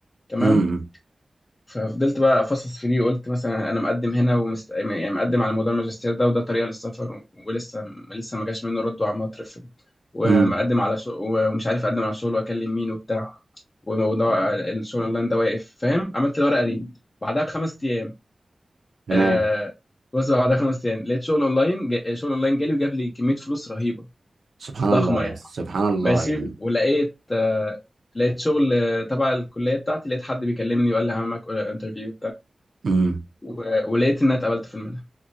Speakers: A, on the left; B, on the right.
A: تمام
B: امم
A: ففضلت بقى افصص في دي وقلت مثلا انا مقدم هنا ومست... يعني مقدم على موضوع الماجستير ده وده طريقه للسفر ولسه لسه ما جاش منه رد وعمال اترفض ومقدم
B: امم
A: على شغل ومش عارف اقدم على شغل واكلم مين وبتاع وموضوع الشغل اونلاين ده واقف فاهم عملت الورقه دي بعدها بخمس ايام
B: تمام
A: آه... بص بعدها بخمس ايام لقيت شغل اونلاين جا... شغل اونلاين جالي وجاب لي كميه فلوس رهيبه
B: سبحان
A: ضخمه
B: الله يا
A: يعني
B: اسطى، سبحان الله
A: ماشي
B: يعني
A: ولقيت آه... لقيت شغل آه، تبع الكليه بتاعتي لقيت حد بيكلمني وقال لي هعمل معاك انترفيو
B: امم
A: و- ولقيت ان انا اتقبلت في المنحه